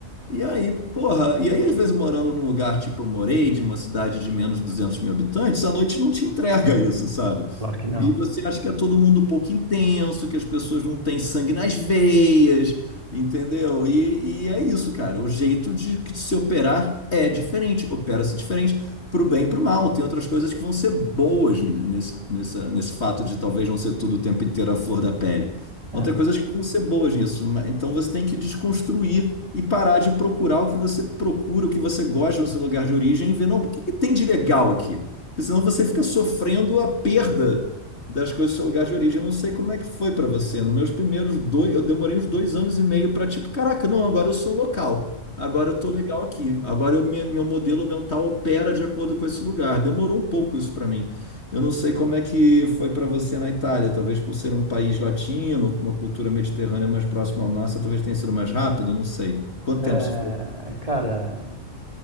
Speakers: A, on the left (about 55°); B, on the right (about 25°).
A: E aí, porra, e aí às vezes morando num lugar tipo eu morei, de uma cidade de menos de 200 mil habitantes, à noite não te entrega isso, sabe?
B: claro que não.
A: E você acha que é todo mundo um pouco intenso, que as pessoas não têm sangue nas veias, entendeu? E, e é isso, cara. O jeito de, de se operar é diferente, opera-se diferente, pro bem e pro mal. Tem outras coisas que vão ser boas ni- nesse, nessa, nesse fato de talvez não ser tudo o tempo inteiro a flor da pele.
B: É.
A: Vão ter coisas que vão ser boas nisso, mas- então você tem que desconstruir e parar de procurar o que você procura, o que você gosta no seu lugar de origem e ver, não, o que que tem de legal aqui? Porque senão você fica sofrendo a perda das coisas do seu lugar de origem. Eu não sei como é que foi para você. Nos meus primeiros dois, eu demorei uns dois anos e meio para tipo, caraca, não, agora eu sou um local. Agora eu tô legal aqui. Agora eu, minha- meu modelo mental opera de acordo com esse lugar. Demorou um pouco isso para mim. Eu não sei como é que foi para você na Itália, talvez por ser um país latino, com uma cultura mediterrânea mais próxima à nossa, talvez tenha sido mais rápido, não sei. Quanto
B: É,
A: tempo você ficou?
B: cara,